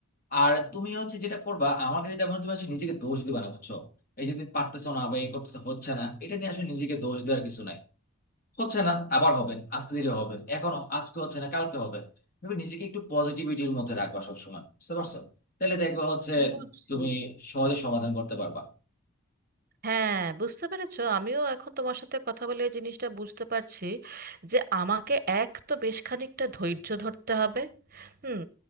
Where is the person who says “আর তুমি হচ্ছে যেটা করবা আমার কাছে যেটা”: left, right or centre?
Left